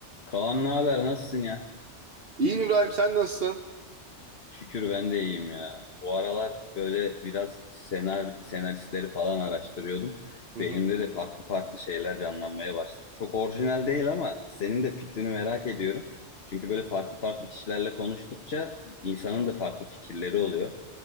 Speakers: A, on the left; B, on the right.
A: Kaan ne haber? Nasılsın ya?
B: İyiyim İbrahim sen nasılsın?
A: Şükür ben de iyiyim ya. Bu aralar böyle biraz senar senaristleri falan araştırıyordum.
B: Hı
A: Beynimde
B: hı.
A: de farklı farklı şeyler canlanmaya başladı. Çok orijinal değil ama senin de fikrini merak ediyorum. Çünkü böyle farklı farklı kişilerle konuştukça insanın da farklı fikirleri oluyor.